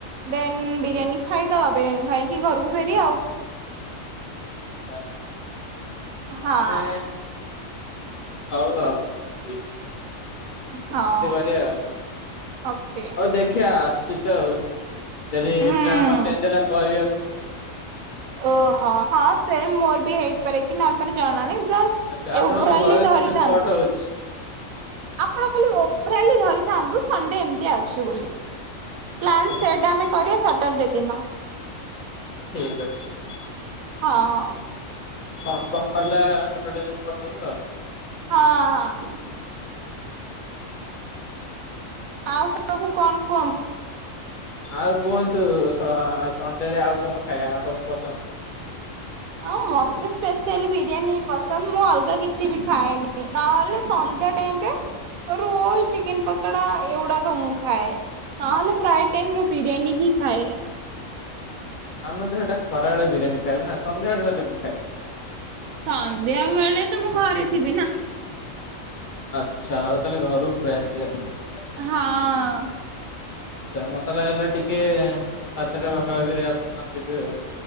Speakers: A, on the right; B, on the left.
A: ଦେନ୍ ବିରିୟାନୀ ଖାଇଦବା ବିରିୟାନୀ ଖାଇକି ଘରକୁ ଫେରିବା ଆଉ।
B: ଆଛା
A: ହଁ
B: ନ ନେ ହଉ ଆଉ ଠିକ ଅଛି
A: ହଁ
B: ଏମିତି କରିବା ଆଉ।
A: ଓକେ।
B: ହଉ ଦେଖିବା ଆସୁଛି ତ ଆଉ ଯଦି
A: ହୁଁ।
B: ପ୍ଲାନ୍ ଚେଞ୍ଜ ହେଲା କହିବି ଆପଣଙ୍କୁ।
A: ଓହୋ ହଁ ସେମ୍ ମୋର ବି ହେଇପାରେ କି ନହେଇ ପାରେ ଜଣାନି ଜସ
B: ଆଚ୍ଛା ଆପଣଙ୍କ
A: ଏବ୍ରଲି
B: ଭଏସ
A: ଧରିଥାନ୍ତୁ।
B: କଟ୍ ହଉଛି
A: ଆପଣ ଖାଲି ଓଭ୍ରାଲି ଧରିଥାନ୍ତୁ ସଣ୍ଡେ ଏମିତିଆ ଅଛି ବୋଲି। ପ୍ଲାନ୍
B: ଆଚ୍ଛା
A: ସେଟ ଆମେ କରିଆ ସଟର୍ଡେ ଦିନ।
B: ଠିକ୍ ଅଛି।
A: ହଁ।
B: କନଫର୍ମ ହେଲା ସଟର୍ଡେ ଦିନ କରିଦବୁ ଆଉ।
A: ହଁ ହଁ। ଆଉ ସବୁ କଣ କୁହନ୍ତୁ?
B: ଆଉ କୁହନ୍ତୁ ସଁ-ସଣ୍ଡେରେ ଆଉ କଣ ଖାଇବା ତମୁକୁ ପସନ୍ଦ୍?
A: ହଁ ମତେ ସ୍ପେସିଆଲି ବିରିୟାନୀ ହିଁ ପସନ୍ଦ୍ ମୁଁ ଅଲଗା କିଛି ବି ଖାଏନି, ନହେଲେ ସନ୍ଧ୍ୟା ଟାଇମ୍ ରେ ରୋଲ୍ ଚିକେନ ପକଡା ଏଇଗୁଡାକ ମୁଁ ଖାଏ। ନହଲେ ପ୍ରାୟ ଟାଇମ୍ ମୁଁ ବିରିୟାନୀ ହିଁ ଖାଏ।
B: ଆମେତ ହେଠେ ଖରାବେଳେ ବିରିୟାନ ଖାଇବୁ ନା ସନ୍ଧ୍ୟାବେଳେ ତାହଲେ କଣ ଖାଇବା?
A: ସନ୍ଧ୍ୟାବେଳେ ତ ମୁଁ ଘରେ ଥିବି ନା।
B: ଆଚ୍ଛା ଆଉ ତାହେଲେ ଘରୁକୁ ପଳେଇ ଆସଥିବା। <inaudible>
A: ହଁ।
B: ଆଚ୍ଛା ମୁଁ ତାହେଲେ ହେଲେ ଟିକେ ସାତଟା ପାଖାପାଖିରେ ଆପଣ ଥିବେ ଆଉ।